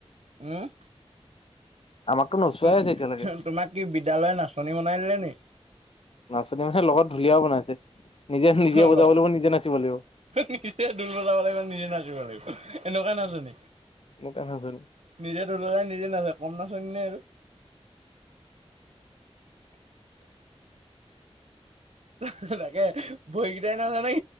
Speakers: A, on the right (about 80°); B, on the left (about 60°).
A: উম
B: আমাকতো নোচোৱাই
A: উ
B: আছে এতিয়ালৈকে
A: তোমাক কি বিদ্যালয় নাচনী বনাই দিলে নিে
B: নাচনী মানে লগত ঢুলীয়াও বনাইছে নিজে নিজে
A: হল
B: বজাব লাগিব নিজে নাচিব লাগিব
A: নিজে ঢুল বজাব লাগিব নিজে নাচিব লাগিব এনেকুৱা নাজান
B: এনেকুৱা নাচনী।
A: নিজে ল যাই নিজে নাচায় কম নাচনি নাই আৰু তাকে বহকেইটাই নাজ নাই